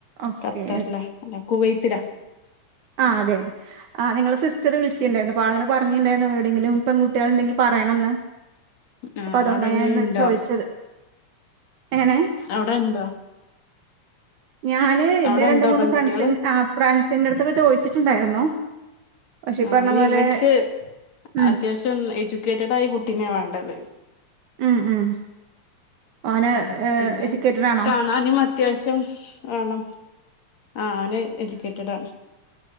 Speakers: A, on the right (about 80°); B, on the left (about 65°).
A: ഓക്കെ
B: കത്തറില അല്ല കുവൈത്തില
A: ആ അതെ അതെ ആ നിങ്ങള് സിസ്റ്റർ വിളിട്ടുണ്ടായിരുന്നു അപ്പോൾ അങ്ങനെ പറഞ്ഞിണ്ടായിരുന്നു എവിടെങ്കിലും പെൺകുട്ടികൾ ഉണ്ടെങ്കിൽ പറയണന്ന്
B: ആഹ്
A: അപ്പൊ അതൊണ്ടാ
B: അവിടെ
A: ഞാന്ന്
B: ഇണ്ടോ
A: ചോദിച്ചത് എങ്ങനെ
B: അവിടെ ഇണ്ടോ
A: ഞാന്
B: അവിടെ
A: എൻ്റെ രണ്ട്
B: ഇണ്ടോ
A: മൂന്ന്
B: പെൺകുട്ടികള്
A: ഫ്രണ്ട്സി ഫ്രണ്ട്സിന്റെ അടുത്തൊക്കെ ചോദിച്ചിട്ടുണ്ടായിരുന്നു പക്ഷെ
B: ഞാൻ
A: ഈ പറഞ്ഞ പോലെ
B: ഇവൻക്ക്
A: ഉം
B: അത്യാവശ്യം എജ്യൂക്കേറ്റഡ് ആയ കുട്ടീനെ വേണ്ടത്
A: ഉം ഉം ഓന്
B: ഉം പിന്നെ
A: എജ്യൂക്കേറ്റഡ് ആണോ
B: കാണാനും അത്യാവശ്യം വേണം ആ അവന് എജൂക്കേറ്റഡ് ആണ്